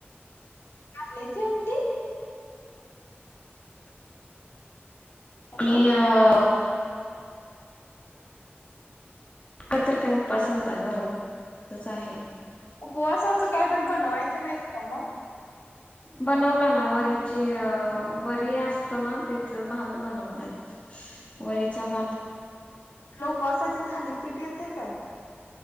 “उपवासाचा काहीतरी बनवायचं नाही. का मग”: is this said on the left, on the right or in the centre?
Left